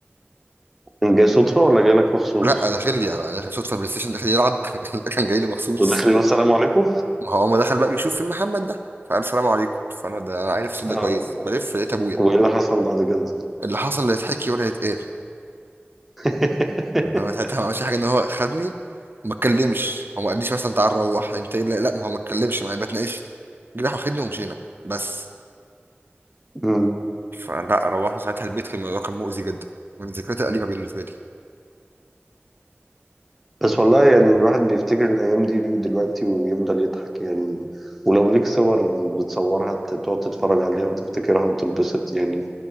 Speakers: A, in the centre; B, on the right.
A: كان جاي صدفه ولا جاي لك مخصوص
B: لا داخل لي انا داخل صوت في البلاي ستيشن داخل يلعب <laughs> كان جاي لي مخصوص
A: وداخل يقول السلام عليكم
B: ما هو ما دخل بقى بيشوف فين محمد ده فقال سلام عليكم فانا ده انا عارف الصوت
A: اه
B: ده كويس
A: و-
B: بلف لقيت ابويا
A: وايه اللي حصل بعد كده
B: اللي حصل لا يتحكي ولا يتقال
A: <laughs>
B: هو ساعتها ما عملش حاجه ان هو خدني ما اتكلمش هو ما قاليش مثلا تعال روح انت إيه؟ لا لا، ما هو ما اتكلمش معايا ما اتناقش جه راح واخدني ومشينا بس
A: مم.
B: فلا روحنا ساعتها البيت كان الموضوع كان مؤذي جدا ومن ذكريات الأليمة بالنسبة لي
A: بس والله يعني الواحد بيفتكر الأيام دي ودلوقتي ويفضل يضحك يعني ولو ليك صور بتصورها ت- تقعد تتفرج عليها وتفتكرها وتتبسط يعني